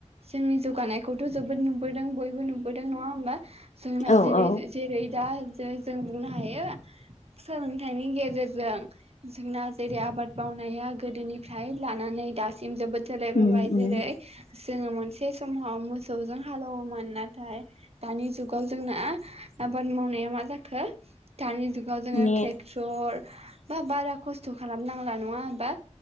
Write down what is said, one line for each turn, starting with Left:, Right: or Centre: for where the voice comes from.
Right: जोंनि जौगानायखौथ' जोबोद नुबोद बयबो नुबोदों नङा होमबा जोंना
Left: औ
Right: जेरै
Left: औ
Right: जेरै दा जै जों बुंनो हायो सोलोंथाइनि गेजेरजों जोंना जेरै आबाद मावनाया गोदोनिफ्राय लानानै दासिम जोबोद सोलायबोबाय
Left: उम उम
Right: जेरै जोङो मोनसे समाव मोसौजों हालौवोमोन नाथाय दानि जुगाव जोंना आबाद मावनाया मा जाखो दानि दानि जुगाव जोङो
Left: माने
Right: ट्रेक्टर बा बारा खस खस्थ' खालामनांला नङा होमबा?